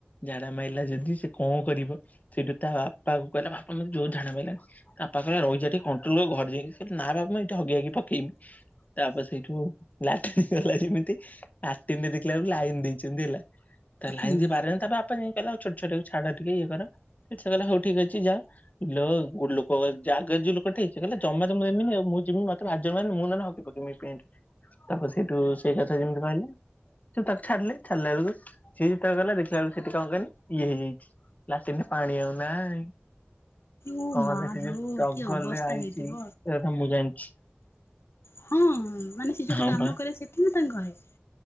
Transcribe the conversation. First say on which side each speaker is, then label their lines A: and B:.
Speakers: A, on the left (about 40°); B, on the left (about 75°).
A: ଝାଡା ମାଇଲା ଯଦି ସେ କଣ କରିବ ସେଇଠୁ ତା ବାପାକୁ କହିଲା ବାପା ମତେ ଜୋର ଝାଡ଼ା ମାଇଲାଣି ତା ଆପା କହିଲା ରହିଯା ଟିକେ କଣ୍ଟ୍ରୋଲ କର ଘରେ ଯାଇକି ନା ନା ମୁଁ ଏଇଠି ହଗି ହାଗି ପକେଇମି ତା ଆପା ସେଇଠୁ ଲାଟିନି ଗଲା ଯେମିତି ଲାଟିନରେ ଦେଖିଲା ବେଳୁକୁ ଲାଇନ୍ ଦେଇଚନ୍ତି ହେଲା ତା ଲାଇନ୍
B: ହୁଁ।
A: ଯେ ପାର ହେଲାନି ତା ବାପା ଯାଇ କଇଲା ଆଉ ଛୋଟ ଛୁଆଟାକୁ ଛାଡ ଟିକେ ଇଏ କର ସେ କଇଲା ହଉ ଠିକ୍ ଅଛି ଯାଅ ଲୋ ଗୋଟେ ଲୋକ ଆ ଜାଗାରେ ଯିଏ ଲୋକ ଠିଆ ଲୋ ଗୋ ଲୋକ ଜା ଗେ ଯୋଉ ଲୋକ ଥାଏକି ସିଏ କହିଲା ଜମା ତ ମୁଁ ଦେମିନି ଆଉ ମୁଁ ଯିମି ମତେ ଭାରି ଜୋର୍ ମାଇଲାଣି ମୁଁ ନହେଲେ ହଗି ପକେଇମି ପେଣ୍ଟ ତାପରେ ସେଇଠୁ ସେଇ କଥା ଯେମିତି କହିଲା ତୁ ତାକୁ ଛାଡିଲେ ଛାଡିଲା ବେଳୁକୁ ସିଏ ଯେତେବେଳ ଗଲା ଦେଖିଲା ବେଳୁକୁ ସେଠି କଣ କହନି ଇଏ ହେଇଯାଇ ଲାଟିନରେ ପାଣି ଆଉ ନାଇଁ
B: ଓ
A: କଣ
B: ମା
A: ହେଲା ସିଏ
B: ଲୋ
A: ଯୋଉ
B: କି
A: ଷ୍ଟ୍ରଗଲରେ
B: ଅବସ୍ଥା
A: ଆଇଚି
B: ହେଇଥିବ।
A: ସେ କଥା ମୁଁ ଜାଣିଛି
B: ହଁ ମାନେ ସିଏ ଯୋଉଠିି
A: ହଁ
B: କାମ
A: ପା
B: କରେ ସେଠି ନା ତାଙ୍କ ଘଏ